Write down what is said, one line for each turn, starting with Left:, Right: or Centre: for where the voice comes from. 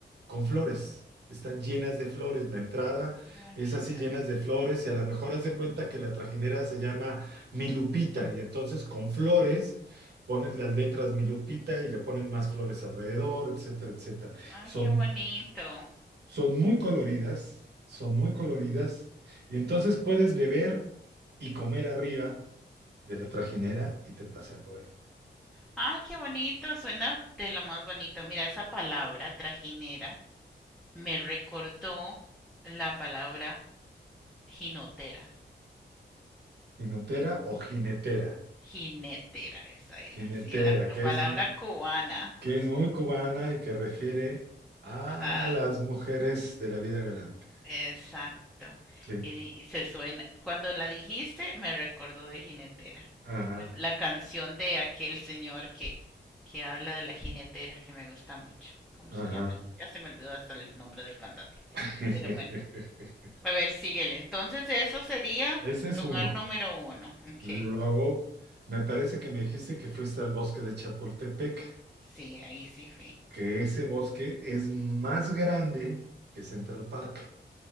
Right: con flores. Están llenas de flores, la entrada
Centre: Ay, qué bonita.
Right: es así llenas de flores y a lo mejor haz de cuenta que la trajinera se llama mi Lupita, y entonces con flores ponen las letras Mi Lupita y le ponen más flores alrededor, etcétera, etcétera.
Centre: Ay,
Right: Son,
Centre: qué bonito.
Right: son muy coloridas, son muy coloridas, y entonces puedes beber y comer arriba de la trajinera y te pasean por ahí.
Centre: Ay, qué bonito. Suena de lo más bonito. Mira, esa palabra trajinera me recordó la palabra jinotera.
Right: Jinotera o jinetera.
Centre: Jinetera, esa era.
Right: Jinetera,
Centre: Sí, la
Right: que
Centre: palabra
Right: es,
Centre: cubana.
Right: que es muy cubana y que refiere a
Centre: Ah,
Right: las mujeres de la vida galante.
Centre: Exacto.
Right: Sí,
Centre: Y, di- y se suena, cuando la dijiste, me recordó de jinetera.
Right: ajá,
Centre: La, la canción de aquel señor que, que habla de la jinetera, que me gusta mucho. ¿Cómo
Right: ajá.
Centre: se llama? Ya se me olvidó hasta el nombre del cantante.
Right: <laughs>
Centre: Pero bueno, a ver, síguele. Entonces, eso sería
Right: Ese es
Centre: lugar
Right: uno.
Centre: número uno. Ok.
Right: Luego, me parece que me dijiste que fuiste al bosque de Chapultepec,
Centre: Sí, ahí sí fui.
Right: que ese bosque es más grande que Central Park,